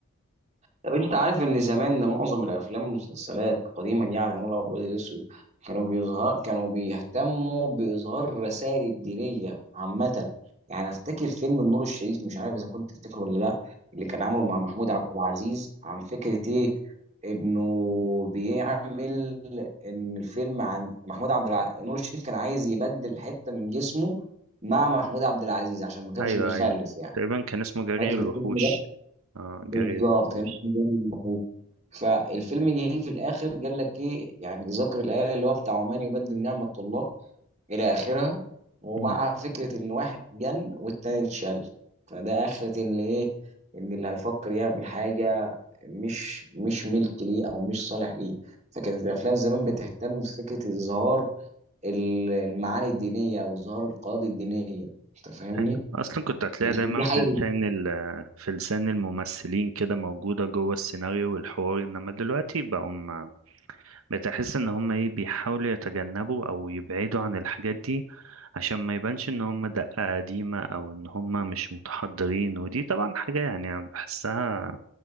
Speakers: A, on the right; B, on the right.
A: طب انت عارف ان زمان معظم الافلام والمسلسلات قديما يعني نقول ابيض الاسود كانوا بيظهر كانوا بيهتموا باظهار رسائل الدينيه عامه يعني افتكر فيلم النور الشريف مش عارف اذا كنت تفتكره ولا لا اللي كان عامله مع محمود عبد العزيز عن فكره ايه انه بيعمل ان الفيلم عن محمود عبد الع... نور الشريف كان عايز يبدل حته من جسمه مع محمود عبد العزيز عشان ما كانش
B: ايوه
A: بيخلف
B: ايوه
A: يعني
B: تقريبا كان اسمه جري
A: فاكر
B: الوحوش
A: الفيلم ده
B: اه
A: بالظبط
B: جري الوحوش
A: كان اسمه جامد فالفيلم ينتهي في الاخر قال لك ايه يعني ذكر الايه اللي هو بتاع ومن يبدل نعمه الله الى اخرها ومع
B: مم.
A: فكره ان واحد جن والتاني اتشل فده اخره ان ايه ان اللي هيفكر يعمل حاجه مش مش ملك ليه او مش صالح ليه فكانت الافلام زمان بتهتم بفكره اظهار ال- المعاني الدينيه او اظهار القواعد الدينيه انت فاهمني
B: ايوه اصلا كنت هتلاقي
A: يمكن
B: دايما
A: دي حاجه
B: في لسان ال- في لسان الممثلين كده موجوده جوه السيناريو والحوار انما دلوقتي بقوا بتحس ان هم ايه بيحاولوا يتجنبوا او يبعدوا عن الحاجات دي عشان ما يبانش ان هم دقة قديمة او ان هم مش متحضرين ودي طبعا حاجة يعني بحسها